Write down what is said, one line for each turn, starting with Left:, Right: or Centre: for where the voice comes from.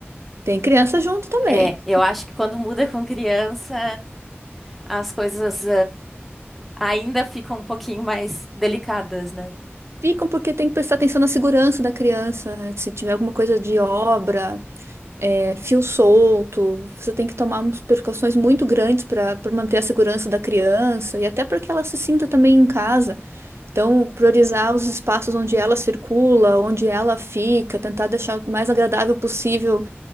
Right: Tem criança junto também.
Centre: É, eu acho que quando muda com criança. as coisas ah, ainda ficam um pouquinho mais delicadas, né?
Right: Ficam porque tem que prestar atenção na segurança da criança. né? Se tiver alguma coisa de obra, é, fio solto, você tem que tomar umas precauções muito grandes para para manter a segurança da criança e até para que ela se sinta também em casa. Então, priorizar os espaços onde ela circula, onde ela fica, tentar deixar o mais agradável possível,